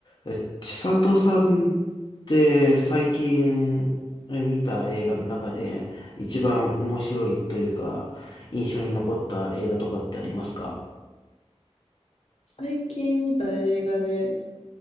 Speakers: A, on the left (about 40°); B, on the left (about 70°).
A: え、千里さんって最近え見た映画の中で一番面白いというか印象に残った映画とかってありますか
B: 最近見た映画で、